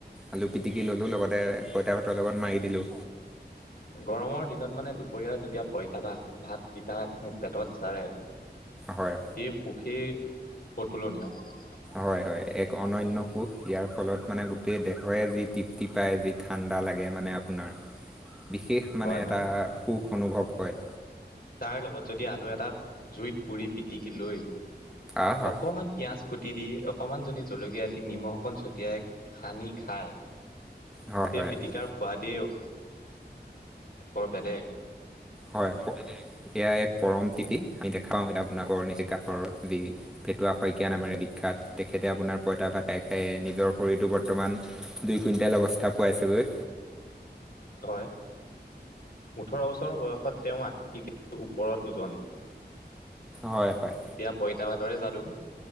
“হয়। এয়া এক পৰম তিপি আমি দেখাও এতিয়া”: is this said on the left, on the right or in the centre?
Centre